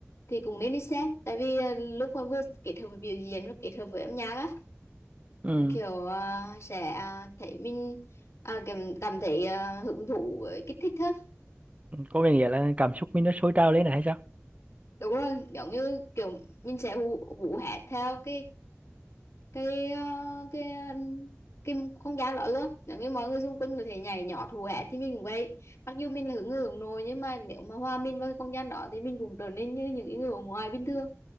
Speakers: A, on the left (about 70°); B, on the right (about 30°).
A: thì cũng nên đi xem tại vì ờ, lúc mà vừa kết hợp với biểu diễn và kết hợp với âm nhạc á
B: ừ.
A: kiểu ờ, sẽ ờ, thấy mình à, cảm, cảm thấy ờ, hứng thú với cái thích thức
B: có nghĩa là cảm xúc mình nó sôi trào lên là hay sao
A: đúng rồi giống như kiểu mình sẽ hú, hú hét theo cái cái ờ, cái ờ, cái không gian đó luôn nếu như mọi người xung quanh có thể nhảy nhỏ thù hét thì mình cũng vậy mặc dù mình là hướng người hướng nội nhưng mà nếu mà hòa mình vào cái không gian đó thì mình cũng trở nên như những cái người ở ngoài bình thường